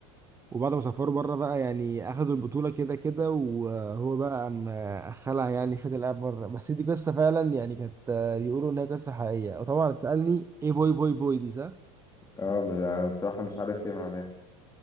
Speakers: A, on the right; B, on the left.
A: وبعد ما سفروا بره بقى يعني اخدوا البطولة كده كده وهو بقى قام خلع يعني خد الاب بره بس دي قصة فعلا يعني كانت بيقولوا ان هي قصة حقيقية وطبعا تسألني ايه فوي فوي فوي دي صح؟
B: اه ما- أنا بصراحة مش عارف ايه معناها